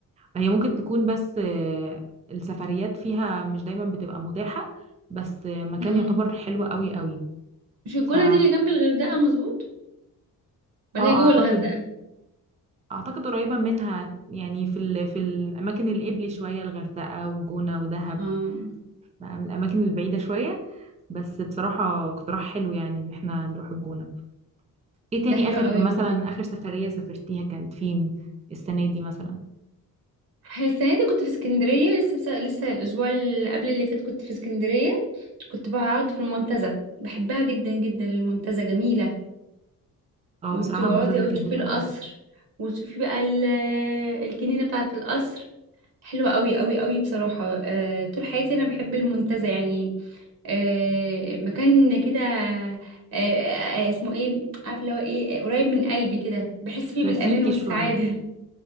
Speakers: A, on the right; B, on the right.
A: هي ممكن تكون بس آه، السفريات فيها مش دايما بتبقى متاحة بس آه، مكان
B: امم
A: يعتبر حلو قوي قوي
B: مش الجونة
A: ف
B: دي اللي جنب الغردقة مظبوط ولا
A: اه
B: هي جوه
A: اعتقد
B: الغردقة
A: اعتقد قريبة منها يعني في ال... في الاماكن القبلي شوية الغردقة وجونة ودهب
B: اه
A: بقى من الاماكن البعيدة شوية بس بصراحة اقتراح حلو يعني ان احنا نروح الجونة ايه تاني
B: ده حلو
A: اخر
B: قوي
A: مثلا
B: برضو
A: اخر سفرية سافرتيها كانت فين السنة دي مثلا
B: السنة دي كنت في اسكندرية لسه بس... لسه الأسبوع اللي قبل اللي فات كنت في اسكندرية كنت بقعد في المنتزه بحبها جدا جدا المنتزه جميلة
A: اه
B: وتقعدي
A: بصراحة المنتزه
B: أو
A: جميلة
B: تشوفي القصر
A: قوي
B: وتشوفي بقى ال- الجنينة بتاعة القصر حلوة قوي قوي قوي بصراحة آه، طول حياتي أنا بحب المنتزه يعني آه، مكان كده آه، آه، اسمه ايه عارفه اللي هو ايه آه، قريب من قلبي كده بحس فيه
A: كلاسيكي
B: بالامان والسعاده
A: شوية